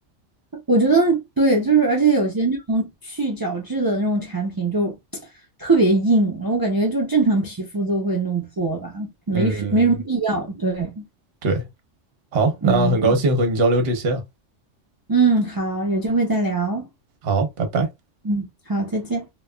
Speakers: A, on the right (about 30°); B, on the right (about 55°).
A: 我觉得对，就是而且有些那种去角质的那种产品就 <tsk> 特别硬，然后我感觉就正常皮肤都会弄破吧，没什没什么必要。
B: 嗯，
A: 对，
B: 对，好，
A: 嗯。
B: 那很高兴和你交流这些啊，
A: 嗯，好，有机会再聊。
B: 好，拜拜。
A: 嗯，好，再见。